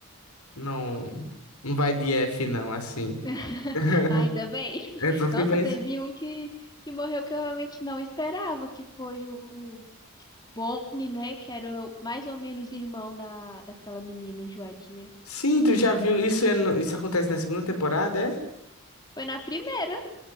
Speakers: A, on the left; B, on the left.
A: não, não vai de F, não, assim.
B: <laughs>
A: <laughs>
B: Ainda bem.
A: É porque
B: Nossa,
A: faz.
B: teve um que, que morreu que eu realmente não esperava, que foi o Bonnie, né? Que era o- mais ou menos irmão da, daquela menina enjoadinha.
A: Sim, tu já viu? Isso, é no- isso acontece na segunda temporada, é?
B: Foi na primeira.